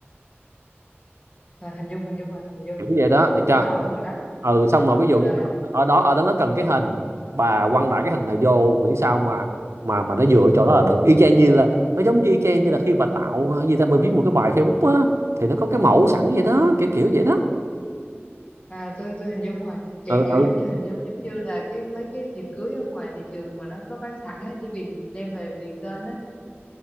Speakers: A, on the left; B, on the right.
A: rồi hình dung hình dung rồi hình dung
B: kiểu vậy đó được chưa
A: tôi rõ hơn rồi đó
B: ừ xong rồi ví dụ
A: rồi
B: như
A: rồi
B: ở đó ở đó nó cần cái hình bà quăng đại cái hình này vô miễn sao mà mà mà nó dựa chỗ đó là được y chang như là nó giống như y chang như là khi bà tạo ờ, gì ta bà viết một cái bài Facebook á thì nó có cái mẫu sẵn vậy đó kiểu kiểu vậy đó
A: à, tôi tôi hình dung rồi kiểu
B: ừ,
A: kiểu
B: ừ
A: giống như hình dung giống như là cái mấy cái thiệp cưới ở ngoài thị trường mà nó có bán sẵn á chỉ vì đem về điền tên á